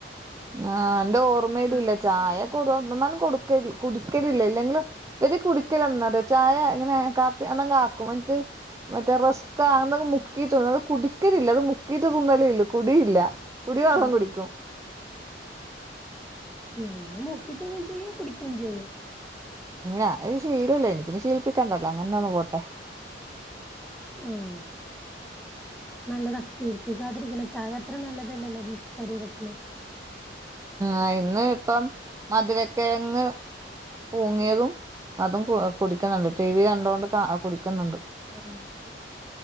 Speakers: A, on the right (about 20°); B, in the centre.
A: ആഹ്. എന്റെ ഓർമ്മയിലില്ല
B: ചായേല്
A: ചായ
B: ഉപ്പിട്ട്
A: കൊടു ഒന്നമാലും കൊടുക്കല് കുടിക്കലില്ല ഇല്ലെങ്കിലും ഇവര് കുടിക്കലെന്നാറിയോ ചായ ഇങ്ങനെ കാപ്പി എന്നങ്കാക്കും ന്ന്ട്ട് മറ്റേ റസ്ക്കാ അയ്ന്നങ്ങ് മുക്കീട്ടൊളളു അത് കുടിക്കലില്ല അത് മുക്കീട്ട് തിന്നലേ ല്ലു കുടിയില്ല കുടി വള്ളം
B: ആഹ്
A: കുടിക്കും.
B: ഞങ്ങൾ മുക്കീട്ട് തിന്നും ചെയ്യും കുടിക്കും ചെയ്യും.
A: ഏ അത് ശീലല്ലേ ഇനി പിന്നെ ശീലിപ്പിക്കണ്ടല്ലോ അങ്ങനെന്ന പോട്ടെ
B: ഓഹ നല്ലത് ശീലിപ്പിക്കാതിരിക്കണ ചായ അത്ര നല്ലതല്ലല്ലോ ശരീരത്തിന്
A: ആഹ് ഇന്ന് ഇപ്പം മധുരക്കിഴങ്ങ് പൂങ്ങിയതും അതും കു കുടിക്കുന്നുണ്ട് ടി വി കണ്ടോണ്ട് കുടിക്കുന്നുണ്ട്.
B: ആഹ്